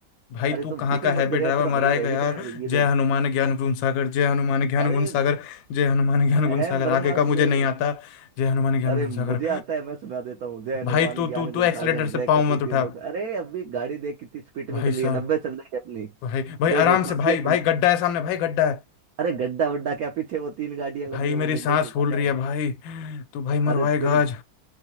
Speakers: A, on the left (about 80°); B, on the right (about 65°).
A: भाई
B: अरे
A: तू
B: तू
A: कहाँ
B: फिक्र
A: का हैवी
B: मत कर
A: ड्राइवर
B: यार तेरा
A: मराएगा
B: भाई हेवी
A: यार
B: ड्राइवर है ये
A: जय
B: देख
A: हनुमान ज्ञान गुण सागर जय हनुमान ज्ञान
B: अरे
A: गुण सागर जय हनुमान ज्ञान गुण
B: अहम
A: सागर
B: ब्रह्मास्मि
A: आगे का मुझे नहीं आता जय हनुमान ज्ञान
B: अरे
A: गुण
B: मुझे
A: सागर
B: आता है मैं सुना देता हूँ जय
A: <gasps>
B: हनुमान
A: भाई तू
B: ज्ञान
A: तू
B: गुण
A: तू
B: सागर
A: एक्सलेटर
B: जय
A: से पाँव
B: कपीति
A: मत उठा
B: लोक अरे अभी गाड़ी देख कितनी स्पीड में
A: भाई
B: चल
A: साहब
B: रही है नब्बे चल रही है अपनी
A: भाई भाई
B: देखो
A: आराम
B: छोड़
A: से भाई
B: दिया
A: भाई गड्ढा है सामने भाई गड्ढा है
B: अरे गड्ढा वड्ढा क्या पीछे वो तीन गाड़ियां
A: भाई
B: लगी है
A: मेरी
B: वो गड्ढे
A: सांस
B: से ज्यादा
A: फूल रही है
B: है
A: भाई तू भाई मरवाएगा
B: अरे तेरी
A: आज